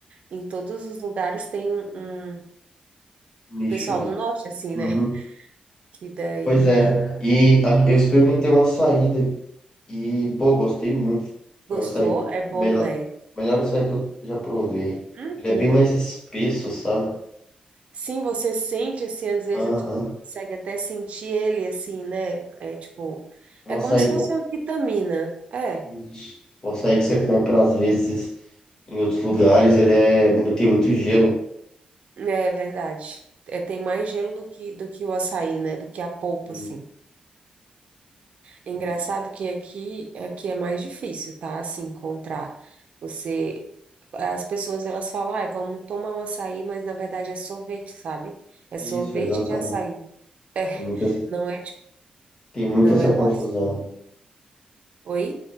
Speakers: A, on the right (about 55°); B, on the left (about 25°).
A: em todos os lugares tem um, um
B: Lixo,
A: pessoal
B: né?
A: do norte, assim,
B: Uhum.
A: né? Que daí
B: Pois é, e a- eu experimentei uma saída e, pô, gostei muito. Foi
A: gostou,
B: o açaí,
A: é bom,
B: melhor,
A: né?
B: melhor açaí que eu já provei.
A: Uhum.
B: Ele é bem mais espesso, sabe?
A: Sim, você sente, assim, às vezes
B: Aham.
A: tu consegue até sentir ele, assim, né? É tipo,
B: O
A: é
B: açaí.
A: como se fosse uma vitamina. É,
B: Ixi. O açaí que você compra às vezes em outros lugares, ele é, tem muito gelo.
A: é verdade. É, tem mais gelo do que, do que o açaí, né? Do que a polpa,
B: Hum,
A: assim. Engraçado
B: sim, sim.
A: que aqui, aqui é mais difícil, tá? Assim, encontrar. Você, as pessoas, elas falam, ah, vamos tomar um açaí, mas na verdade é sorvete, sabe? É
B: Isso,
A: sorvete
B: exatamente.
A: de açaí. É,
B: Tem muita essa,
A: Não é, tipo-
B: tem muito
A: não
B: essa
A: é
B: confusão.
A: o açaí. Oi?